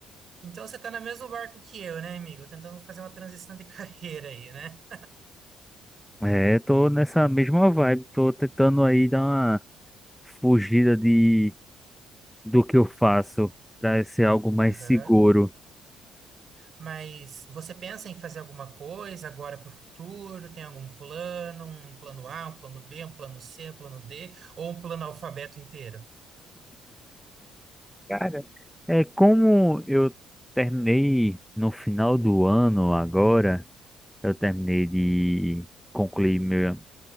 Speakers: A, on the right (about 55°); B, in the centre.
A: Então você tá no mesmo barco que eu, né, amigo? Tentando fazer uma transição de <laughs> carreira aí, né?
B: É, tô nessa mesma vibe, tô tentando aí dar uma fugida de do que eu faço para ser algo mais
A: Aham.
B: seguro.
A: Mas você pensa em fazer alguma coisa agora para o futuro? Tem algum plano? Um plano A, um plano B, um plano C, um plano D? Ou um plano alfabeto inteiro?
B: Cara, é como eu terminei no final do ano agora, eu terminei de concluir minha,